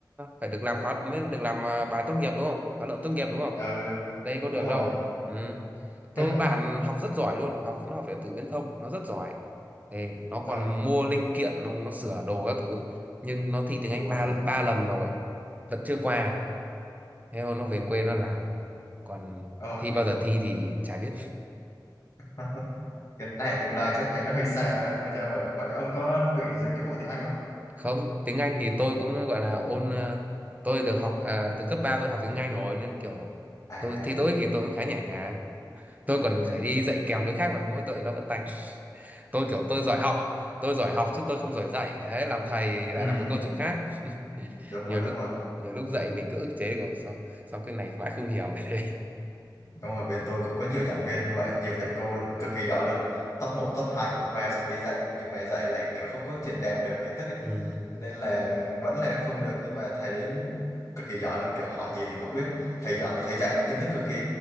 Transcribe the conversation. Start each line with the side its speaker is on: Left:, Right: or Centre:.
Right: phải được làm khóa mới được làm à, bài tốt nghiệp đúng không khóa luận tốt nghiệp đúng không
Left: ừ
Right: đây có
Left: đúng
Right: được
Left: rồi
Right: đâu ừ. tôi
Left: <laughs>
Right: bạn học rất giỏi luôn học nó học điện tử viễn thông nó rất giỏi thì nó
Left: ừ
Right: còn mua linh kiện nó, nó sửa đồ các thứ nhưng nó thi tiếng
Left: Ồ
Right: Anh
Left: vậy.
Right: ba ba lần rồi vẫn chưa qua thế thôi nó về quê nó làm còn
Left: Ồ,
Right: thi bao giờ thi thì chả biết
Left: <laughs> cái này tương lai chắc thấy nó hơi xa, hơi xa vời. Hồi đấy ông có bị dính cái vụ tiếng Anh không?
Right: không tiếng Anh thì tôi cũng gọi là ôn ờ, tôi được học à, từ cấp 3 tôi học tiếng Anh rồi nên kiểu
Left: À,
Right: tôi thi TOEIC thì tôi cũng khá nhẹ nhàng tôi còn
Left: ừ.
Right: phải đi dạy kèm đứa khác mà mỗi tội nó vẫn tạch tôi kiểu tôi giỏi học tôi giỏi học chứ tôi không giỏi dạy Đấy, làm thầy lại
Left: Ừ,
Right: là một câu chuyện khác <laughs>
Left: đúng rồi,
Right: nhiều
Left: đúng
Right: lúc
Left: rồi.
Right: nhiều lúc dạy mình cứ ức chế của sao sao cái này mãi không hiểu cái đấy
Left: Đúng rồi, bên tôi cũng có nhiều giảng viên như vậy, nhiều thầy cô cực kỳ giỏi luôn. Top một top 2 của khoa xong đi dạy, nhưng mà dạy lại kiểu không có truyền đạt được kiến thức ấy.
Right: <laughs> ừ.
Left: nên là vẫn là không được nhưng mà thầy đấy cực kỳ giỏi luôn kiểu hỏi gì thì cũng biết thầy giỏi thầy dạy những kiến thức cực kỳ